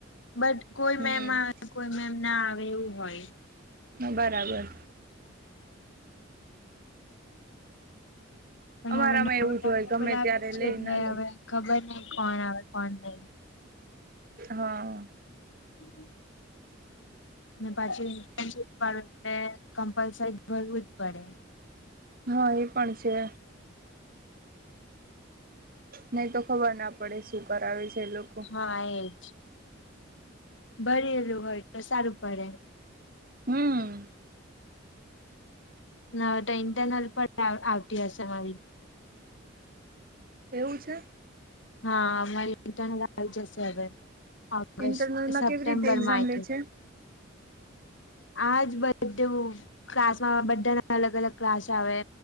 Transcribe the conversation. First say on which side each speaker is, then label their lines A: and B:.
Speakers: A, on the left; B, on the right.
A: બટ કોઈ
B: હમ
A: મેમ કોઈ મેમ ના આવે એવું હોય
B: બરાબર
A: પણ
B: અમારામાં
A: હવે નવું
B: એવું
A: ટાઈમટેબલ
B: જ હોય ગમે
A: આવ્યું
B: ત્યારે
A: છે,
B: લઈ
A: એટલે
B: ના લે
A: હવે ખબર નહ કોણ આવે કોણ નઈ
B: હા
A: હમ ને પાછી ઇન્ટર્નશીપ વાળું એટલે કમ્પલસરી ભરવું જ પડે
B: હ, એ પણ છે નહી તો ખબર ના પડે શું કરાવે છે એ લોકો
A: હા, એ જ ભરેલું હોય તો સારું પડે
B: હમ
A: ન હવે તો ઇન્ટરનલ પણ આવતી હશે મારી
B: એવું છે
A: હા, મારી પોતાની <unintelligible> જશે હવે ઓગસ્ટ
B: ઇન્ટરનલમાં
A: સપ્ટેમ્બર
B: કેવી રીતે એક્ઝામ
A: માર
B: લે છે
A: આજ બધુ ક્લાસમાં બધાના અલગ અલગ ક્લાસ આવે